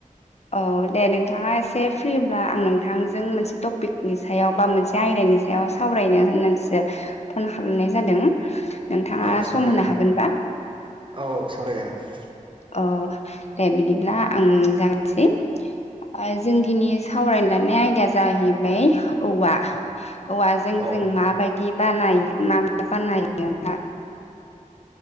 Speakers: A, on the left; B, on the right.
A: औ दे नोंथाङा एसे फ्रिब्ला आं नोंथांजों मोनसे टपिकनि सायाव बा मोनसे आयदानि सायाव सावरायनो होननानैसो फन खालामनाय जादों नोंथाङा
B: औ सावरायजागोन
A: सम होनो हागोनबा?
B: औ सावरायजागोन
A: अ दे बिदिब्ला आंनो जागायनोसै ओ जों नि सावरायननो लायनाय आयदाया जाहैबाय औवा औवाजों
B: औ
A: जों माबाय दि बानाय मा मा बानाय माबा